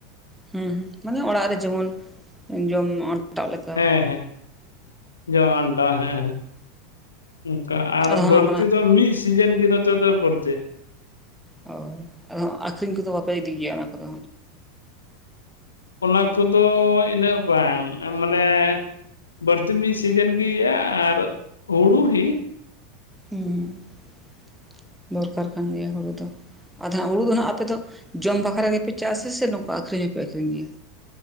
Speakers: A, in the centre; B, on the left.
A: ᱦᱩᱸ ᱢᱟᱱᱮ ᱚᱲᱟᱜ ᱨᱮ ᱡᱮᱢᱚᱱ ᱡᱚᱢ ᱚᱱᱴᱟᱜ ᱞᱮᱠᱟ᱾
B: ᱦᱮᱸ ᱦᱮᱸ ᱡᱚᱢ ᱟᱱᱴᱟᱜ ᱦᱮᱸ ᱦᱮᱸ ᱚᱝᱠᱟ ᱟᱨ
A: ᱟᱫᱚ ᱦᱚᱸᱜ
B: ᱵᱟᱹᱲᱛᱤ
A: ᱱᱚᱝᱠᱟᱱᱟᱜ
B: ᱫᱚ ᱢᱤᱫ ᱥᱤᱡᱮᱱ ᱜᱮ ᱱᱚᱛᱮ ᱫᱚ ᱵᱟᱹᱲᱛᱤ᱾
A: ᱦᱚᱭ ᱟᱫᱚ ᱦᱟᱜ ᱟᱠᱷᱨᱤᱧ ᱠᱚ ᱫᱚ ᱵᱟᱯᱮ ᱤᱫᱤ ᱜᱮᱭᱟ ᱚᱱᱟ ᱠᱚᱫᱚ?
B: ᱚᱱᱟ ᱠᱚᱫᱚ ᱤᱱᱟᱹᱜ ᱵᱟᱝ ᱢᱟᱱᱮ ᱵᱟᱹᱲᱛᱤ ᱢᱤᱫ ᱥᱤᱡᱤᱱ ᱜᱮ ᱤᱭᱟᱹᱜᱼᱟ ᱟᱨ ᱦᱩᱲᱩ ᱜᱤ ᱾
A: ᱦᱩᱸ ᱦᱩᱸ ᱫᱚᱨᱠᱟᱨ ᱠᱟᱱ ᱜᱮᱭᱟ ᱦᱩᱲᱩ ᱫᱚ ᱟᱫᱚ ᱦᱟᱸᱜ ᱦᱩᱲᱩ ᱫᱚ ᱦᱟᱸᱜ ᱟᱯᱮ ᱫᱚ ᱡᱚᱢ ᱵᱟᱠᱷᱨᱟ ᱜᱮᱯᱮ ᱪᱟᱥᱟ ᱥᱮ ᱱᱚᱝᱠᱟ ᱟᱹᱠᱷᱨᱤᱧ ᱦᱚᱸᱯᱮ ᱟᱠᱷᱨᱤᱧ ᱜᱮᱭᱟ?